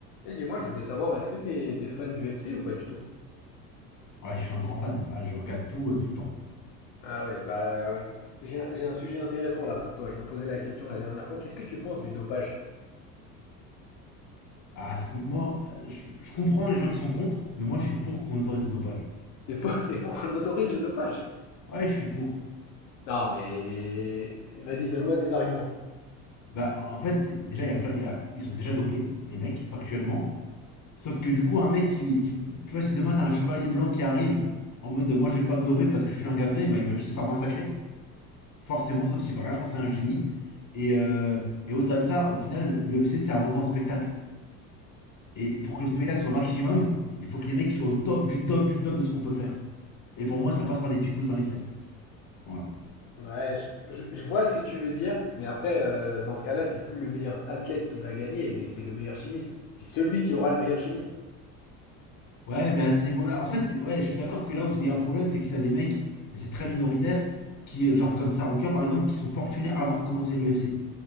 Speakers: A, on the left; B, on the left.
A: Et dis-moi, je voulais savoir, est-ce que t'es t'es fan du FC ou pas du tout?
B: Ouais, je suis un grand fan. Ah, je regarde tout, euh, tout le temps.
A: Ah oui, bah euh, j'ai un, j'ai un sujet intéressant là pour toi. Je me posais la question la dernière fois. Qu'est-ce que tu penses du dopage?
B: Ah, c'est com- moi, euh, je, je comprends les gens qui sont contre, mais moi, je suis pour qu'on autorise le dopage.
A: T'es pour, <laughs> t'es pour qu'on autorise le dopage?
B: Ouais, je suis pour.
A: Non, mais vas-y, donne-moi tes arguments.
B: Bah, en fait, d- déjà, il y a plein- il y a, ils sont déjà dopés, les mecs, factuellement. Sauf que du coup, un mec qui, qui- Tu vois, si demain, t'as un chevalier blanc qui arrive en mode de, moi, je vais pas me doper parce que je suis un gars bien, eh ben, il va juste se faire massacrer. Forcément, sauf si vraiment c'est un génie. Et, euh, et au-delà de ça, au final, l'UFC, c'est avant tout un spectacle. Et pour que le spectacle soit au maximum, il faut que les mecs soient au top du top du top de ce qu'on peut faire. Et pour moi, ça passe par des picousses dans les fesses. Voilà.
A: Ouais, je, je- je vois ce que tu veux dire, mais après, euh, dans ce cas-là, c'est plus le meilleur athlète qui va gagner, mais c'est le meilleur chimiste. C'est celui qui aura le meilleur chimiste.
B: Ouais, mais à ce niveau-là, en fait, ouais, je suis d'accord que là où il y a un problème, c'est que si t'as des mecs, mais c'est très minoritaire, qui, genre comme Tsaroukian par exemple, qui sont fortunés avant de commencer l'UFC.